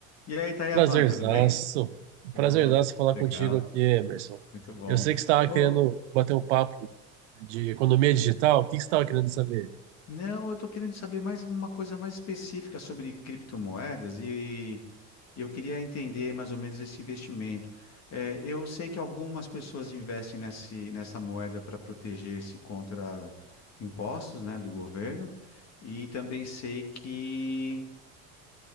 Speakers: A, on the left (about 45°); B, on the right (about 80°).
A: E aí, Tayaman,
B: Prazerzaço.
A: tudo bem?
B: Prazerzaço
A: Oh,
B: falar
A: legal,
B: contigo aqui, Emerson.
A: muito bom.
B: Eu sei que você estava
A: Oh,
B: querendo bater um papo de economia digital. O que que você estava querendo saber?
A: não, eu estou querendo saber mais uma coisa mais específica sobre criptomoedas e eu queria entender mais ou menos esse investimento. Eh, eu sei que algumas pessoas investem nesse, nessa moeda para proteger-se contra impostos, né, do governo, e também sei que